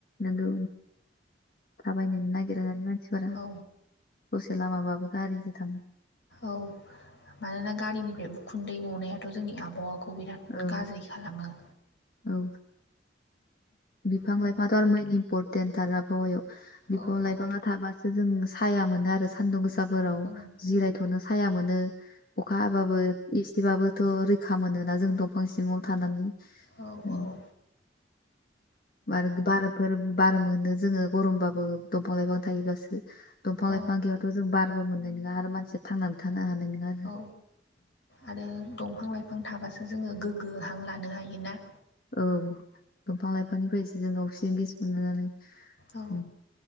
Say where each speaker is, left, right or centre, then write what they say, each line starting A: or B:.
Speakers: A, on the left; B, on the left.
A: नोंगौ थाबायनोनो नागिरा दानि मानसिफोरा
B: औ
A: ससे लामाबाबो गारिजों थाङो।
B: औ मानोना गारिनिफ्राय उखुन्दै गनायाथ' जोंनि आबहावाखौ बिराद
A: ओं
B: गाज्रि खालामो।
A: औ बिफां
B: औ
A: लाइफांआथ' आरो मैन इम्परटेन्ट थार आबहावायाव। बिफां
B: औ
A: लाइफाङा
B: औ
A: थाबासो जों साया मोनो आरो सान्दुं गोसा फोराव
B: औ
A: जिरायथ'नो साया मोनो अखा हाबाबो इसेबाबो थ' रैखा मोनोना जों दंफां सिङाव थानानै
B: औ
A: उम,
B: औ
A: आरो बारफोर बार मोनो जोङो गरमबाबो दंफां लाइफां थायोबासो दंफां
B: औ
A: लाइफां गैयाथ' जों बारबो मोननाय नङा आरो मानसिया थांनानै थानो हानाय नङा आरो
B: औ आरो दंफां लाइफां थाबासो जोङो गोग्गो हां लानो हायो ना?
A: औ दंफां लाइफांनिफ्रायसो जों ओक्सिजन गेस मोनो नालाय
B: औ
A: उम,